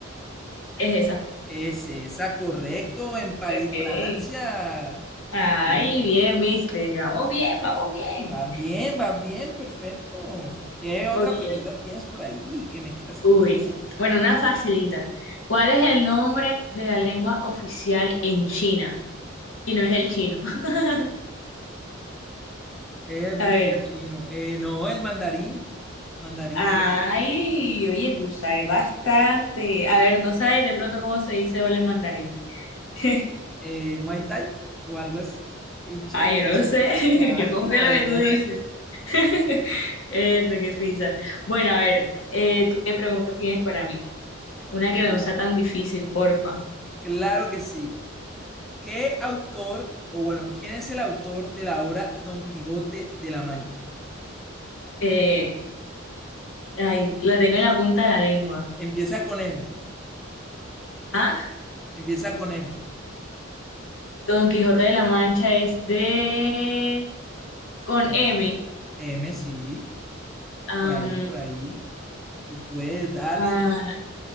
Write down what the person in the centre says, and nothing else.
Es esa, correcto, en París,
Francia.
Mm,
Va bien, va bien, perfecto. ¿Qué otra
pregunta tienes por ahí que me quieras
preguntar?
Erdi,
que el chino. Eh, no, el mandarín. Mandarín
de
eh, Muay Thai o algo así. En Chía,
no.
Ah,
<laughs>
imagínate.
Mm,
Claro que sí. ¿Qué autor, o bueno, quién es el autor de la obra Don Quijote de la Mancha?
Empieza con M.
Empieza con M.
Sí,
M, sí,
por ahí, por ahí. Tú puedes, dale.